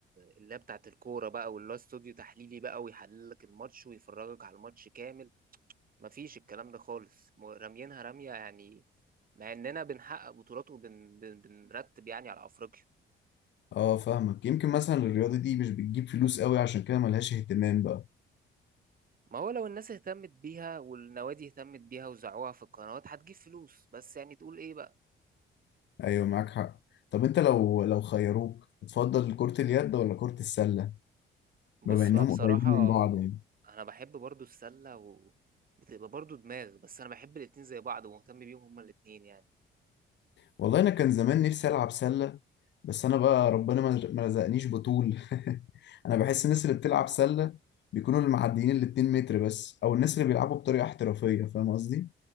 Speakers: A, on the right; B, on the left.
A: اللي هي بتاعت الكورة بقى واللي هو استوديو تحليلي بقى ويحلل لك الماتش ويفرجك على الماتش كامل مفيش الكلام ده خالص م- راميينها رمية يعني مع اننا بنحقق بطولات وبن بن- بنرتب يعني على افريقيا
B: اه فاهمك يمكن مثلا الرياضة دي مش بتجيب فلوس قوي عشان كده ملهاش اهتمام بقى
A: ما هو لو الناس اهتمت بيها والنوادي اهتمت بيها وزعوها في القنوات هتجيب فلوس بس يعني تقول ايه بقى
B: ايوه معاك حق طب انت لو لو خيروك تفضل كرة اليد ولا كرة السلة
A: بص
B: بما انهم
A: بقى بصراحة
B: قريبين من بعض يعني
A: انا بحب برضو السلة و بتبقى برضو دماغ بس انا بحب الاتنين زي بعض ومهتم بيهم هما الاتنين يعني
B: والله انا كان زمان نفسي العب سلة بس انا بقى ربنا ما ما رزقنيش بطول <laughs> انا بحس الناس اللي بتلعب سله بيكونوا المعديين ال 2 متر بس او الناس اللي بيلعبوا بطريقه احترافيه فاهم قصدي